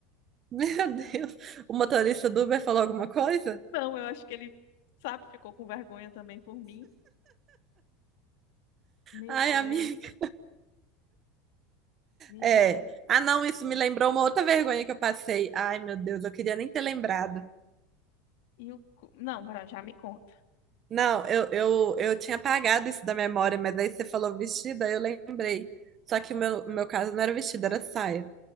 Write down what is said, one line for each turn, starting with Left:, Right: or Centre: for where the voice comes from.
Right: <laughs> Meu Deus. O motorista do Uber falou alguma coisa?
Left: Não, eu acho que ele, sabe, ficou com vergonha também por mim. Meu
Right: Ai,
Left: Deus.
Right: amiga.
Left: Meu...
Right: É. Ah, não, isso me lembrou uma outra vergonha que eu passei. Ai, meu Deus, eu queria nem ter lembrado.
Left: E o... cu- Não, Bran, já me conta.
Right: Não, eu, eu, eu tinha apagado isso da memória, mas aí você falou vestido, aí eu lembrei. Só que o meu, o meu caso não era vestido, era saia.